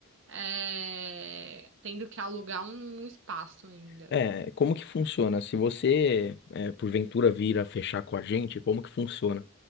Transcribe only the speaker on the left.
É, como que funciona? Se você, é, porventura vir a fechar com a gente, como que funciona?